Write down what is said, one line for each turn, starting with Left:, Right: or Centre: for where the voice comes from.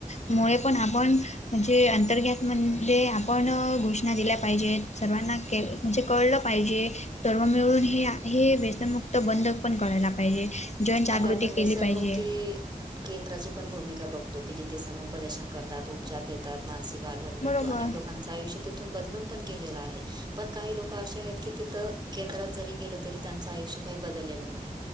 Left: मुळे, पण आपण म्हणजे, अंतर्गातमध्ये आपण घोषणा दिल्या पाहिजेत, सर्वांना के म्हणजे कळलं पाहिजे. सर्व मिळून हे हे व्यसनमुक्त बंध पण कळायला पाहिजे. जनजागृती
Right: आताआपण व्यसनमुक्ती
Left: केली पाहिजे
Right: केंद्राचीपण भूमिका बघतो की जिथे समुपदेशन करतात. उपचारदेतात. मानसिकआधार मिळतो.
Left: बरोबर
Right: अनेक लोकांचा आयुष्य तिथून बदलूनपण गेलेलं आहे पणकाही लोक अशे आहेत की तिथ केंद्रात जरी गेलं त त्यांचआयुष्य काही बदललेलं नाही